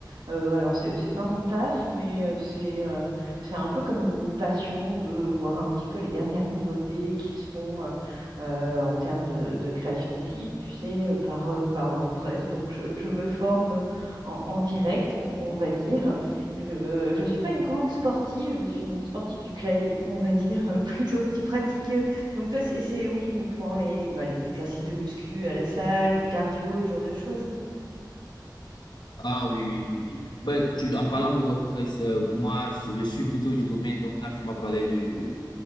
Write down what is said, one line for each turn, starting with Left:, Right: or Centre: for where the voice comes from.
Right: Euh, alors, c'est, c'est pas mon taf, mais euh, c'est euh, c'est un peu comme une passion de voir un petit peu les dernières nouveautés qui se font euh, euh, en termes de, de création de sites, tu sais, euh, par, euh, par WordPress. Donc, je, je me forme en, en direct, on, on va dire. Je, je suis pas une grande sportive, je suis une sportive du clavier, on va dire, <laughs> plutôt. Tu pratiques donc toi, c'est c'est- oui uniquement les, bah, les exercices de muscu à la salle ou de cardio, ce genre de choses.
Left: Ah oui, oui, oui, oui. Ben, tu- en parlant de WordPress, euh, moi, je je suis plutôt du domaine, donc quand tu m'as parlé de,